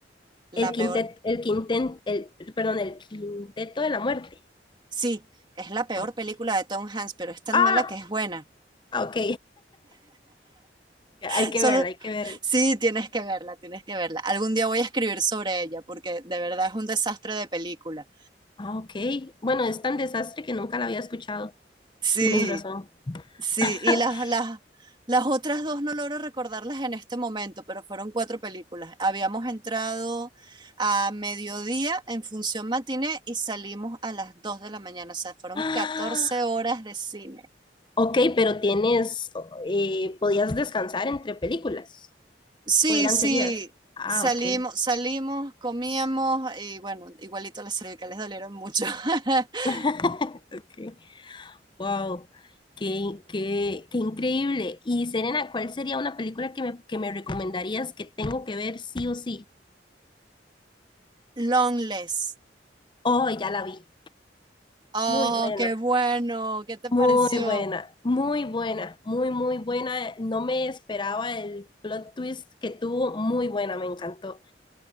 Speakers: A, on the right (about 25°); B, on the left (about 25°).
A: la
B: el, quinteto,
A: peor,
B: el quinten- el, perdón, el quinteto de la muerte.
A: sí, es la peor
B: Ok,
A: película de Tom Hanks, pero es tan
B: ah,
A: mala que es buena.
B: ok, <laughs>
A: <laughs>
B: hay que
A: Solo,
B: verla, hay que verla.
A: sí, tienes que verla, tienes que verla. Algún día voy a escribir sobre ella porque de verdad es un desastre de película.
B: Ah, ok, bueno, es tan desastre que nunca la había escuchado,
A: Sí.
B: tienes razón.
A: Sí,
B: <laughs>
A: y las, las, las otras dos no logro recordarlas en este momento, pero fueron cuatro películas. Habíamos entrado a mediodía en función matiné y salimos a las 2 de la mañana, o sea, fueron
B: <gasps> Ah,
A: catorce horas de cine.
B: ok, pero tienes, eh, podías descansar entre películas
A: Sí,
B: o eran
A: sí,
B: seguidas. Ah,
A: salimos,
B: ok.
A: salimos, comíamos y bueno, igualito las cervicales dolieron mucho. <laughs>
B: <laughs> Okay. Wow, qué, qué, qué increíble. Y Serena, ¿cuál sería una película que me, que me recomendarías que tengo que ver sí o sí?
A: Longless.
B: Oh, ya la vi.
A: Oh,
B: Muy buena,
A: qué bueno, ¿qué te
B: muy
A: pareció?
B: buena, muy buena, muy, muy buena. No me esperaba el plot twist que tuvo. Muy buena, me encantó.